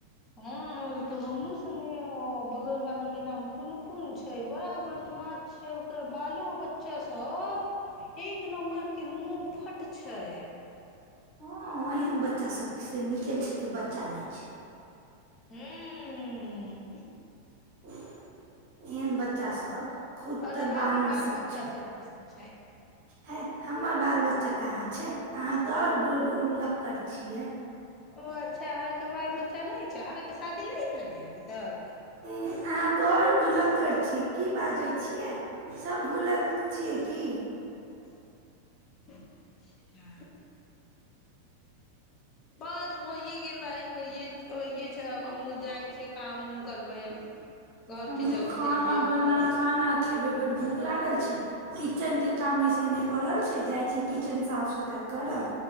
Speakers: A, on the left; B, on the right.
A: हां उ तऽ हमहु सुनलियै बगल वाली की नाम पुन पुन छैय बड़ा बदमाश छै ओकर बालो बच्चा सब एक नंबर के मुंह फट छै
B: ह एहन बच्चा सब से निके छै
A: ह्म
B: कि बच्चा नहि छै <unintelligible> एहन बच्चा सब खुद
A: और
B: तऽ
A: अहाँके
B: बानर
A: बाल
B: सब
A: बच्चा
B: छै
A: सब कैसन छै
B: है हम हमर बाल बच्चा कहाँ छै आहाँ तऽ आओर भुलक्कड़ छियै
A: ओ अच्छा अहाँके बाल बच्चा नै छै अहाँके शादी नै भेलै हे अभी तक नै
B: अहाँ त आओर भुलक्कड़ छी कि बाजै छियै सब भूलल छियै की
A: <unintelligible> ना बोल होइयै गेलै होइये होइयै छै अब हमु जाइछियै काम उम करबै अब घर
B: हमरो
A: के जल्दी
B: खाना
A: जल्दी
B: बना
A: ओतह
B: खाना खेबै बड भूख लागल छै किचन के काम ऐसेहने पड़ल‌छैय जाइ छियै‌ किचन ‌साफ सुथरा करब